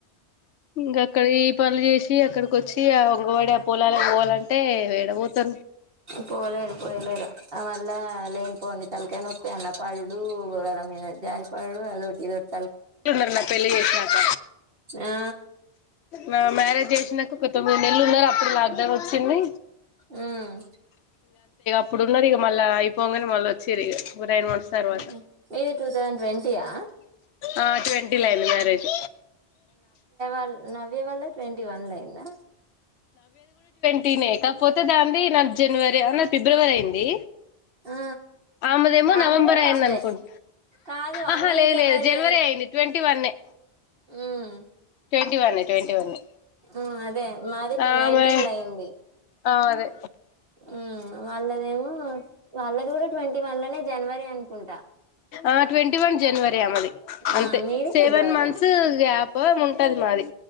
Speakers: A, on the left; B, on the right.
A: ఇంకా అక్కడ ఈ పనులు చేసి అక్కడికి వచ్చి ఆ ఒంగవాడి ఆ పొలాలక్ పోవాలం టే ఎడ ఓతరు
B: పోలేరు పోయ్లేరు ఆ మళ్ళ లేన్పోని తలకాయనొప్పి అన్న పడుడు గరం మీద జారిపాడుడూ అదోట్ ఇదోట్
A: ట్లున్నార్ నా పెళ్ళి చేసినాక,
B: ఆ
A: నా మ్యారేజ్ చేసినకు ఒక తొమ్మిది నెల్లు ఉన్నారు అప్పుడు లాక్ డౌన్ వచ్చింది
B: ఉమ్
A: ఇప్పుడున్నార్ ఇగా మళ్ళ అయిపోగానే మళ్ళీ వచ్చిర్ ఇగా గురైన్ మస్తర్వాత
B: ఉమ్. మీది టూ థౌజండ్ ట్వంటీయా
A: ఆ ట్వంటీలైంది మ్యారేజ్
B: అల్ నవ్య వాళ్ళద్ ట్వంటి వన్లైందా
A: టినే కాపోతే దాన్ది నా జనవరి నా ఫిబ్రవరి అయింది.
B: ఆ
A: ఆమెదేమో
B: ఆమెదే
A: నవంబర్
B: ఫస్ట్
A: అయింద్ అనుకుంట
B: కాదు
A: ఆహా
B: ఆమెదే
A: లే
B: జనవరి
A: లే జనవరే అయింది ట్వంటీ వన్నే
B: ఉమ్
A: ట్వంటీ వన్నె ట్వంటీ వన్నె.
B: ఉమ్ అదే మాది
A: ఆమె
B: నైన్టీన్ లో అయింది
A: ఆమదే
B: ఉమ్ వాళ్ళదేమో వాళ్ళది కూడా ట్వంటీ వన్లనే జనవరి అనుకుంట.
A: ఆ ట్వెంటీ వన్ జనవరి దే అమది అంతే
B: ఆ మీది
A: సెవెన్
B: ఫిబ్రవరి
A: మంత్స్
B: ఆ
A: గ్యాపో ఎం ఉంటది మాది